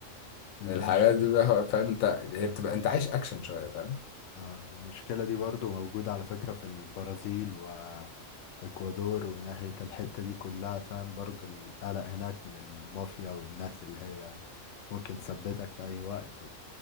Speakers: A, on the left; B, on the left.
A: المشكلة
B: الحاجات دي بقى
A: دي
B: فاهم انت هي بتبقى انت عايش اكشن شوية فاهم
A: آه المشكلة دي برضو موجودة على فكرة في البرازيل واكوادور وناحية الحتة دي كلها فاهم برضو القلق هناك من المافيا والناس اللي هي ممكن تثبتك في اي وقت